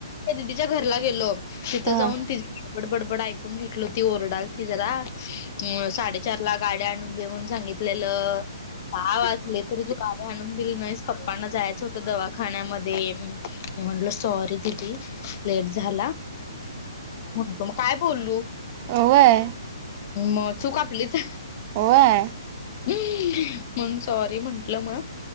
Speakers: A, on the left; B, on the right.
A: दिदीच्या घरला गेलो. तिथं जाऊन
B: हा
A: ति बडबडबडबड ऐकून घेतल हो ती ओरडाल ती जरा अ साडेचार ला गाड आणून देऊन सांगित गावचले तरी तू गाड आणून दिली नाहीस पप्पांना जायच. होत दवाखान्यामध्ये म्हटलं सॉरी दिदी लेट झाला. हो मग काय बोललू.
B: अह होय.
A: मग चूक आपलीच.
B: हो य
A: हम् मण सॉरी म्हंटलं मग